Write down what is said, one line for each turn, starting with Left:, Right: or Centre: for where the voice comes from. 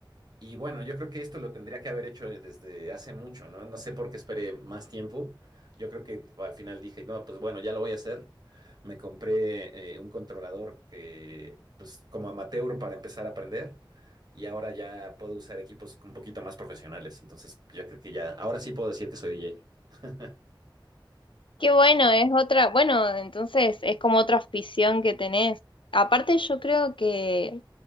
Right: Y bueno, yo creo que esto lo tendría que haber hecho desde hace mucho, ¿no? No sé por qué esperé más tiempo. Yo creo que al final dije, no, pues bueno, ya lo voy a hacer. Me compré eh, un controlador que, pues como amateur para empezar a aprender. Y ahora ya puedo usar equipos un poquito más profesionales. Entonces, yo creo que ya, ahora sí puedo decir que soy DJ.
Left: Qué bueno, es otra, bueno, entonces es como otra afición que tenés. Aparte, yo creo que